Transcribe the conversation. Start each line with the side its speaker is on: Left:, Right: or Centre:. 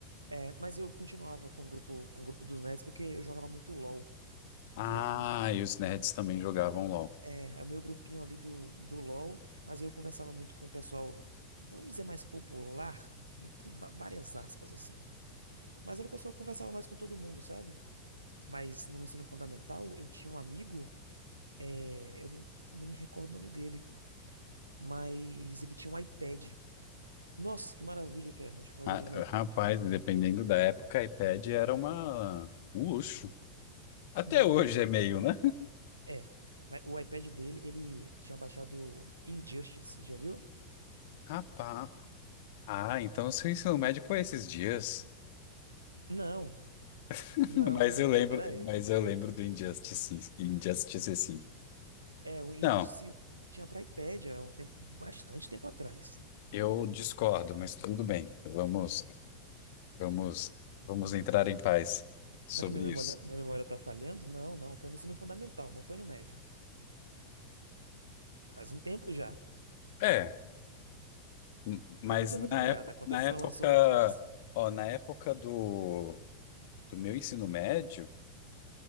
Right: É, mas eu continuava com o grupo, com o grupo dos nerds porque eu jogava muito LOL.
Left: Ah,
Right: E aí,
Left: e os nerds também jogavam LOL.
Right: é, é o meu grupinho ali do, do LOL, mas eu conversava muito com o pessoal, vamos dizer, mais popular, entre ba- várias aspas, assim. Mas era o pessoal que conversava mais com todo mundo, sabe? Mas no ensino fundamental, eu tinha um amigo, é, eu não, não me recordo o nome dele, mas ele tinha um iPad. Nossa, que maravilha que era. A gente ficava
Left: Ah,
Right: jogando no iPad.
Left: rapaz, dependendo da época, iPad era uma um luxo. Até
Right: Não
Left: hoje
Right: era.
Left: é meio, né?
Right: É. Mas o iPad dele, ele tinha baixado Injustice, já viu?
Left: <laughs> Rapaz, ah, então o seu ensino médio foi esses dias.
Right: Não,
Left: <laughs>
Right: não,
Left: Mas
Right: não,
Left: eu
Right: não.
Left: lembro,
Right: Pera aí.
Left: mas eu lembro do Injustice, Injustice, sim.
Right: É, o Injustice
Left: Não.
Right: 1 que tinha para iPad há um tempo, bastante tempo atrás.
Left: Eu discordo, mas tudo bem. Vamos, vamos, vamos entrar em paz sobre
Right: Será que minha memória,
Left: isso.
Right: minha memória tá falhando? Não, não. Foi no ensino fundamental, não foi no médio. Faz um tempo já.
Left: É, m- mas
Right: Depois eu vou
Left: na
Right: dar uma
Left: época,
Right: olhada quando
Left: na
Right: é que
Left: época,
Right: foi lançou o Injustice.
Left: ó, na época do, do meu ensino médio,